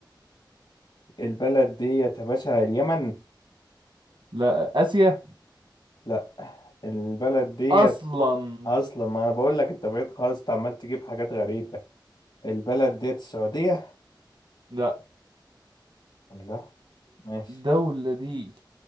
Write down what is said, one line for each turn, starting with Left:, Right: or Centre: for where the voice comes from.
Left: البلد ديت يا باشا اليمن
Right: لا اسيا
Left: لا البلد ديت
Right: اصلا
Left: اصلا ما انا بقول لك انت بعيد خالص انت عمال تجيب حاجات غريبه البلد ديت السعوديه
Right: لا
Left: لا ماشي
Right: الدولة دي